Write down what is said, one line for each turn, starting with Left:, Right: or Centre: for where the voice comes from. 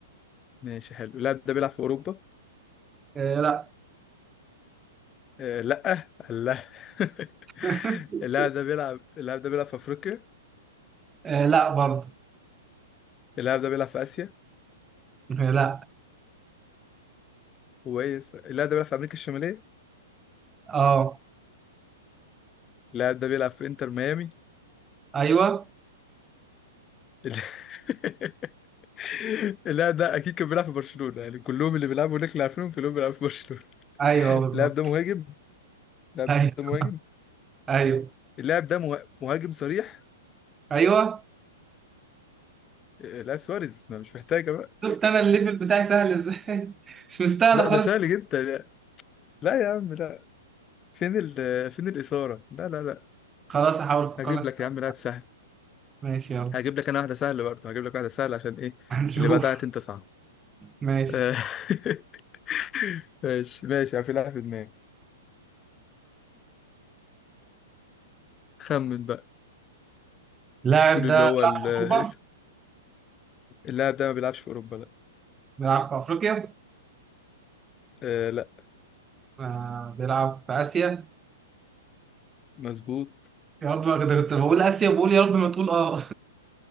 Left: ماشي حلو اللاعب ده بيلعب في اوروبا
Right: آه لا
Left: آه لا الله
Right: <laughs>
Left: <laughs> اللاعب ده بيلعب اللاعب ده بيلعب في افريقيا
Right: آه لا برضه
Left: اللاعب ده بيلعب في اسيا
Right: آه لا
Left: كويس اللاعب ده بيلعب في امريكا الشماليه
Right: اه
Left: اللاعب ده بيلعب في انتر ميامي
Right: ايوه
Left: ال- <laughs> اللاعب ده اكيد كان بيلعب في برشلونة يعني كلهم اللي بيلعبوا هناك اللي عارفينهم كلهم بيلعبوا في برشلونة
Right: ايوه
Left: <laughs>
Right: بالظبط
Left: اللاعب ده مهاجم اللاعب
Right: ايوه
Left: ده مهاجم
Right: ايوه
Left: اللاعب ده مه- مهاجم صريح
Right: ايوه
Left: آه، لاعب سواريز ما مش محتاجة بقى
Right: شفت انا الليفل بتاعي سهل ازاي <laughs> مش مستاهله
Left: لا
Right: خالص
Left: ده سهل جدا لا يا عم لا فين ال فين الإثارة لا لا لا
Right: خلاص هحاول افكر
Left: هجيب
Right: لك
Left: لك يا عم لاعب سهل
Right: ماشي يلا
Left: هجيب لك انا واحدة سهلة برضه هجيب لك واحدة سهلة عشان ايه
Right: هنشوف
Left: اللي بعدها انت صعب
Right: ماشي
Left: آه، <laughs> ماشي ماشي يعني في لاعب في دماغي خمن بقى
Right: اللاعب
Left: قول
Right: ده
Left: اللي هو
Right: بيلعب
Left: الاسم
Right: في اوروبا
Left: اللاعب ده ما بيلعبش في اوروبا لا
Right: بيلعب في افريقيا
Left: آه لا
Right: آه بيلعب في اسيا
Left: مظبوط
Right: يا رب ما كنت كنت بقول اسيا بقول يا رب ما تقول اه